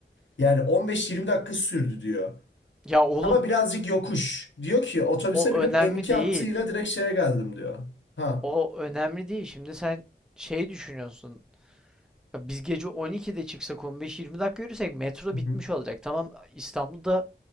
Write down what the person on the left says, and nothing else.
Yani 15-20 dakika sürdü diyor.
Ama birazcık yokuş. Diyor ki otobüse
binip
M2
hattıyla direkt şeye geldim diyor. Ha.
Hı
hı.